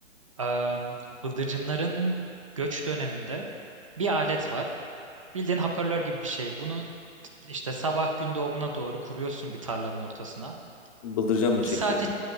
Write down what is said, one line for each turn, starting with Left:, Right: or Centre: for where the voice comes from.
Right: Eee, bıldırcınların göç döneminde bir alet var. Bildiğin hoparlör gibi bir şey. Bunu işte sabah gün doğumuna doğru kuruyorsun bir tarlanın ortasına.
Left: Bıldırcın
Right: Bir
Left: mı çekiyor?
Right: saat,